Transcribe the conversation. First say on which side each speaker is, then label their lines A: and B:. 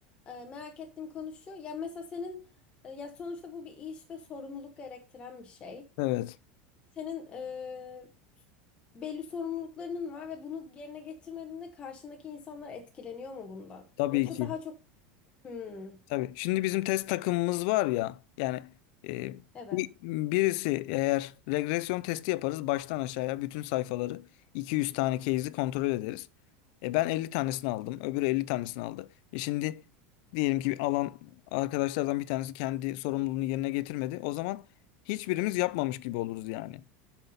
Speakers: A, on the left; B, on the left.
A: Ee, merak ettim konu şu. Ya mesela senin e, ya sonuçta bu bir iş ve sorumluluk gerektiren bir şey.
B: Evet.
A: Senin eee, belli sorumluluklarının var ve bunu yerine getirmediğinde karşındaki insanlar etkileniyor mu bundan?
B: Tabii
A: Yoksa
B: ki.
A: daha çok hmm,
B: Tabii. Şimdi bizim test takımımız var ya yani e,
A: evet.
B: bi- birisi eğer regresyon testi yaparız baştan aşağıya bütün sayfaları 200 tane case'i kontrol ederiz. E, ben 50 tanesini aldım. Öbürü 50 tanesini aldı. E, şimdi diyelim ki alan arkadaşlardan bir tanesi kendi sorumluluğunu yerine getirmedi. O zaman hiçbirimiz yapmamış gibi oluruz yani.